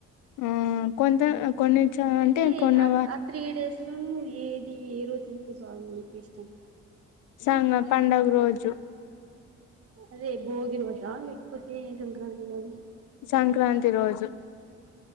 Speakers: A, on the left (about 85°); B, on the right (about 50°).
A: ఆ కొంత కొన్ని చ
B: అంటే
A: కొన్ని
B: ఆ త్రీ డేస్ లో ను ఏది ఏ రోజు <unintelligible> అందుకు ఇష్టం
A: సంగ పండగ రోజు
B: అదే బోగిరోజా లేకపోతే సంక్రాంతి అ
A: సంక్రాంతి రోజు